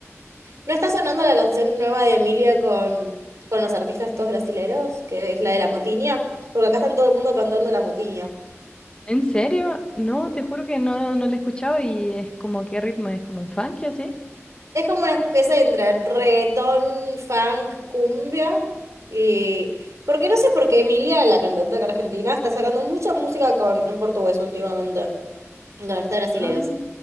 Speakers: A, on the right; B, on the left.
A: ¿No está sonando la canción nueva de Emilia con, con los artistas todos brasileros? Que es la de La Motiña. Porque acá están todo el mundo cantando La Motiña.
B: ¿En serio? No, te juro que no, no la he escuchado y es como qué ritmo, es como un funky así.
A: Es como una especie entre reggaetón, funk, cumbia. Y... Porque no sé por qué Emilia, la cantante acá argentina, está sacando mucha música con... en portugués últimamente, con artistas brasileños.
B: Ah,